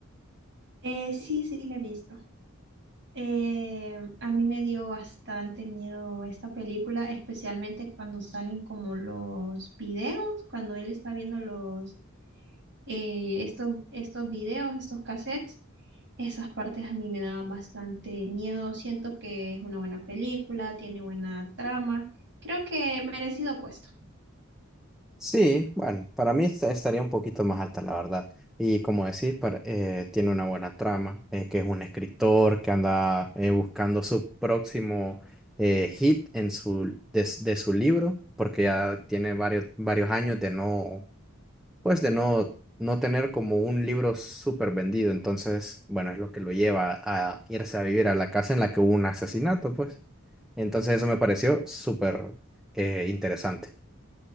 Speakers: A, on the right; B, in the centre.
A: Eh, sí, sí, la he visto. Eh, a mí me dio bastante miedo esta película, especialmente cuando salen como los videos, cuando él está viendo los, eh, estos, estos videos, estos cassettes. Esas partes a mí me daban bastante miedo. Siento que es una buena película, tiene buena trama. Creo que merecido puesto.
B: Sí, bueno, para mí esta- estaría un poquito más alta, la verdad. Y como decís, para- eh, tiene una buena trama, eh, que es un escritor que anda eh, buscando su próximo eh, hit en su, de, s- de su libro, porque ya tiene varios, varios años de no, pues de no, no tener como un libro súper vendido. Entonces, bueno, es lo que lo lleva a irse a vivir a la casa en la que hubo un asesinato, pues. Entonces eso me pareció súper eh, interesante.